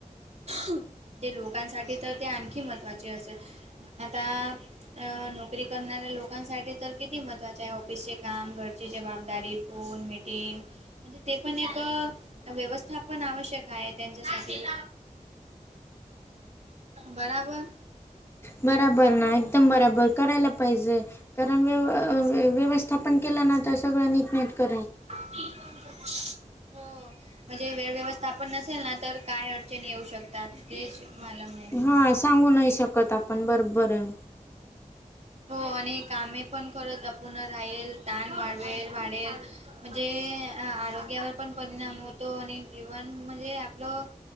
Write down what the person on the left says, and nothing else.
बराबर ना एकदम बराबर करायला पाहिजे कारण व्यव अ व्यवस स्थापन केलं ना तर सगळं नीट नेटक राहील
हा सांगू नाही शकत आपण बरोबर आहे